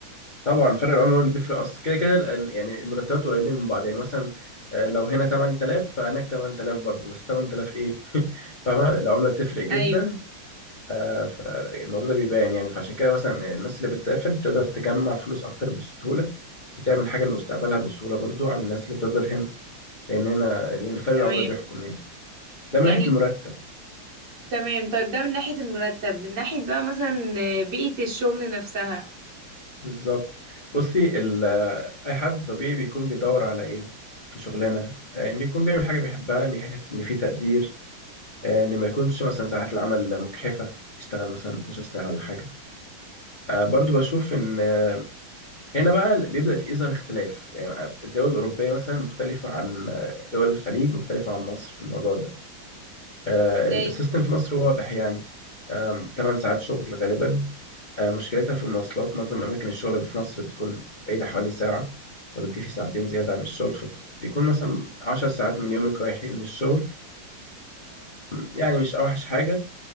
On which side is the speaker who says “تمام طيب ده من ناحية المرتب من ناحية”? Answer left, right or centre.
Right